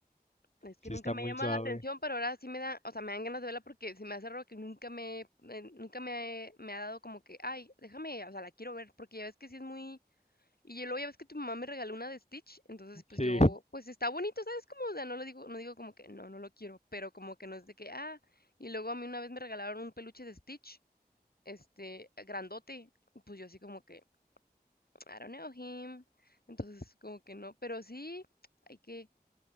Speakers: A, on the left; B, on the left.
A: Es que
B: sí
A: nunca
B: está
A: me
B: muy
A: llama
B: suave.
A: la atención, pero ahora sí me da, o sea, me dan ganas de verla porque se me hace raro que nunca me, eh, nunca me, me ha dado como que, ay, déjame, o sea, la quiero ver, porque ya ves que sí es muy, y ya luego ya ves que tu mamá me regaló una de Stitch, entonces pues
B: Sí,
A: yo, pues está bonito, ¿sabes? Como, o sea, no lo digo, no digo como que, no, no lo quiero, pero como que no es de que, ah, y luego a mí una vez me regalaron un peluche de Stitch, este, grandote. Pues yo así como que, I don't know him. Entonces como que no, pero sí, hay que,